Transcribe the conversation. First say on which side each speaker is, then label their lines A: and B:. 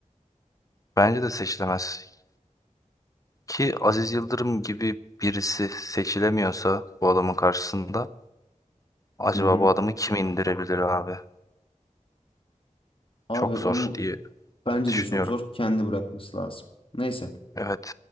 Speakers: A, on the left; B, on the left.
A: Bence de seçilemez. Ki Aziz Yıldırım gibi birisi seçilemiyorsa bu adamın karşısında acaba
B: Hı hı.
A: bu adamı kim indirebilir abi?
B: Abi
A: Çok
B: onu
A: zor diye
B: bence
A: düşünüyorum.
B: de çok zor. Kendi bırakması lazım. Neyse.
A: Evet,